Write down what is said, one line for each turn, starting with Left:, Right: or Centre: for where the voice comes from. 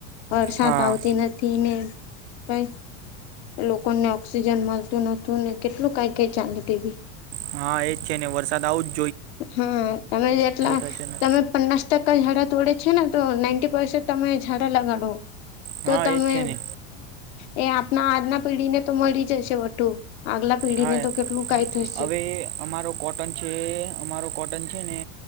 Left: વરસાત
Right: હા
Left: આવતી નથી મેં કઈ લોકોને ઓક્સિજન મળતું નહોતું ને કેટલું કઈ કઈ ચાાલતીી
Right: હા એજ છે ને વરસાદ આવુંજ
Left: હા તમે જેટલા
Right: થશે ને
Left: તમે પન્નાસ ટકા ઝડા તોડે છે ને ના પ તમે ડા લગાડો તો
Right: હા
Left: તમે
Right: એજ છે ને
Left: હ આજના પેઢી ને તો મળી જશે વટું આગલા પેઢીને
Right: હા
Left: તો કેટલું કાઈ થશે
Right: હવે અમારો કોટન છે અમારો કોટન છે ને